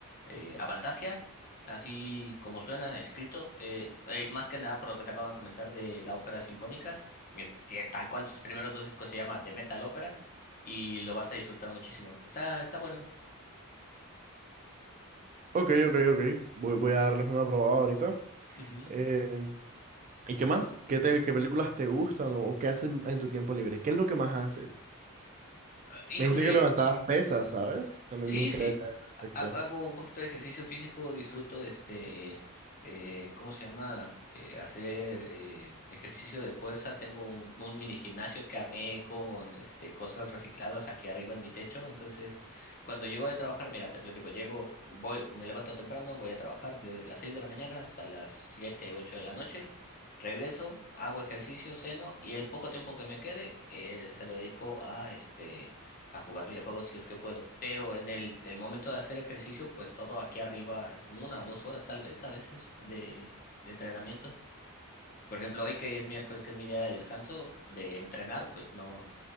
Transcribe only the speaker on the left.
eh, Avantasia, así como suena, escrito, eh, eh, más que nada por lo que te acabo de comentar de la ópera sinfónica, es- sí, tal cual sus primeros dos discos se llama The Metal Opera y lo vas a disfrutar muchísimo. Está, está bueno.
Ujú.
Ah, Híjole,
Sí,
sí,
hago, hago un poquito de ejercicio físico, disfruto este, eh, ¿cómo se llama? Eh, hacer eh, ejercicio de fuerza. Tengo un, un mini gimnasio que armé con este, cosas recicladas aquí arriba en mi techo. Entonces, cuando llego de trabajar, mira, te platico, llego, voy, me levanto temprano, voy a trabajar de las 6 de la mañana hasta las 7, 8 de la noche. Regreso, hago ejercicio, ceno y el poco tiempo que me quede eh, se lo dedico a este a jugar videojuegos si es que puedo, pero en el, el momento de hacer ejercicio, pues todo aquí arriba es una o dos horas tal vez a veces de, de entrenamiento. Por ejemplo, hoy que es miércoles, que es mi día de descanso, de entrenar, pues no,